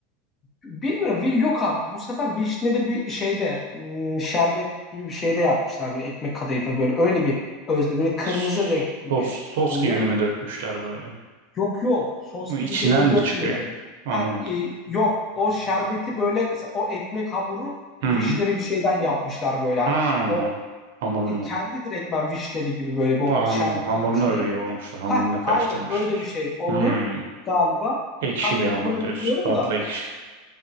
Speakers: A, on the left; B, on the right.
A: Bilmiyorum. Wish yok abi. Bu sefer vişneli bir şeyde hmm, şerbet gibi bir şeyde yapmışlar böyle ekmek kadayıfını böyle öyle bir özde böyle kırmızı
B: ha.
A: renk gibi
B: Sos, sos
A: oluyor.
B: gibi mi dökmüşler böyle?
A: Yok yok. Sos
B: Bu
A: gibi
B: İçinden
A: üzerine
B: mi
A: dökmüyor
B: çıkıyor?
A: bunu.
B: Anlamadım.
A: Ha e, yok. O şerbeti böyle o ekmek hamuru
B: Hı
A: vişneli
B: hı.
A: bir şeyden yapmışlar böyle hani
B: Ha.
A: o
B: Hamurunu.
A: e, kendi direktmen vişneli gibi böyle bir o
B: Aa,
A: şerbeti
B: Anladım. Hamurunu
A: gibi şeyi.
B: öyle yoğurmuşlar. Hamurunu
A: Ha
B: karıştırmışlar.
A: aynen öyle bir şey oldu
B: Hmm.
A: galiba.
B: Ekşi
A: Tam
B: bir
A: yapımını
B: hamur diyorsun.
A: bilmiyorum
B: Tatlı
A: da.
B: ekşi.